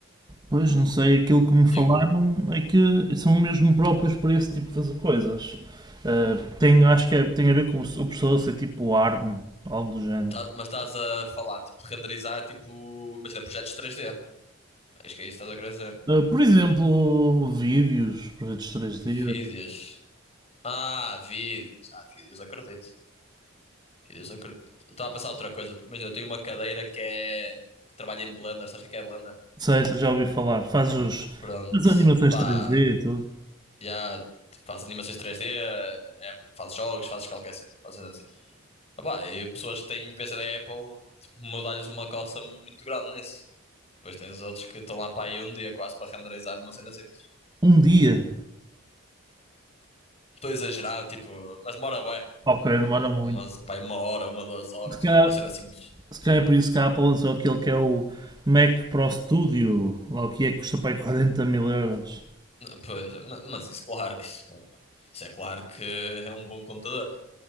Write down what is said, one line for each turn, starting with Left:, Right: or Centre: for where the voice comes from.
Right: Pois, não sei, aquilo que me
Left: Digo,
Right: falaram é que são mesmo próprios para esse tipo de coisas. Ah, tem, acho que é- tem a ver com o processador ser tipo ARM, algo do género.
Left: tá- mas estás a falar, tipo, renderizar, tipo, imagina, projetos três d Acho que é isso que estás a querer dizer.
Right: Ah, por exemplo, vídeos, projetos três
Left: Vídeos.
Right: d
Left: Ah, vídeos. Ah, vídeos, acredito. Vídeos, acredito. Eu Estava a pensar outra coisa, porque imagina, eu tenho uma cadeira que é... que trabalha em Blender, sabes o que é que é Blender?
Right: sei já ouvi falar, faz os,
Left: Pronto,
Right: as animações
Left: pá,
Right: três d e tudo.
Left: já, tipo, faz animações três d é, faz jogos, fazes qualquer cena, faz Opá, e pessoas que têm PC da Apple, tipo, mudar-lhes uma coça muito grande nisso. Depois tens outros que estão lá para aí um dia quase para renderizar uma cena simples.
Right: Um dia.
Left: Estou a exagerar, tipo, mas demora bué.
Right: Ok, demora
Left: Pá, umas,
Right: muito.
Left: pá, aí uma hora, uma, duas horas,
Right: Se calhar
Left: tipo, uma cena simples.
Right: Se calhar é por isso que a Apple lançou aquele que é o Mac Pro Studio, lá o que é que custa para aí 40 mil euros.
Left: Pois, ma- mas isso, claro, <laughs> isso, isso é claro que é um bom computador.